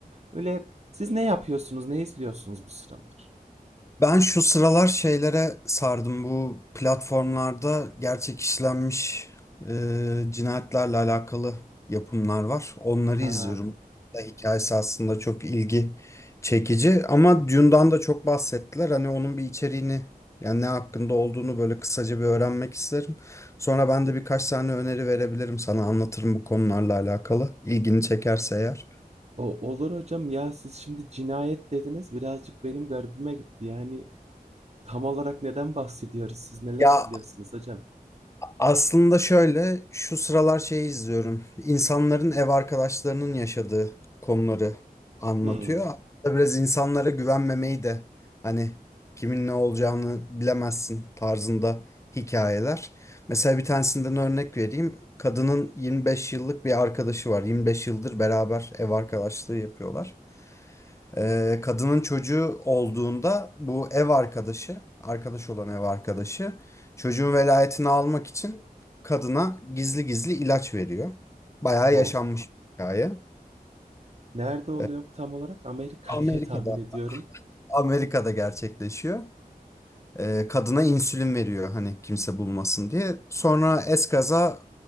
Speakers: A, on the right; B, on the left.
A: Böyle siz ne yapıyorsunuz? Ne izliyorsunuz bu sıralar?
B: Ben şu sıralar şeylere sardım. Bu platformlarda gerçek işlenmiş e, cinayetlerle alakalı yapımlar var. Onları
A: Ha.
B: izliyorum. Da hikayesi aslında çok ilgi çekici. Ama Dune'dan da çok bahsettiler. Hani onun bir içeriğini yani ne hakkında olduğunu böyle kısaca bir öğrenmek isterim. Sonra ben de birkaç tane öneri verebilirim sana. Anlatırım bu konularla alakalı. İlgini çekerse eğer.
A: O, olur hocam ya siz şimdi cinayet dediniz birazcık benim garibime gitti. Yani tam olarak neden bahsediyoruz? Siz neler
B: Ya.
A: izliyorsunuz hocam?
B: Aslında şöyle, şu sıralar şeyi izliyorum. İnsanların ev arkadaşlarının yaşadığı konuları anlatıyor.
A: Hmm.
B: Aslında biraz insanlara güvenmemeyi de hani kimin ne olacağını bilemezsin tarzında hikayeler. Mesela bir tanesinden örnek vereyim. Kadının 25 yıllık bir arkadaşı var. 25 yıldır beraber ev arkadaşlığı yapıyorlar. Ee, kadının çocuğu olduğunda bu ev arkadaşı, arkadaş olan ev arkadaşı çocuğun velayetini almak için kadına gizli gizli ilaç veriyor. Bayağı
A: Oh.
B: yaşanmış bir hikaye.
A: Nerede oluyor
B: Ee,
A: bu tam olarak? Amerika
B: Amerika'da,
A: <laughs> diye tahmin ediyorum.
B: Amerika'da gerçekleşiyor. Ee, kadına insülin veriyor hani kimse bulmasın diye. Sonra eskaza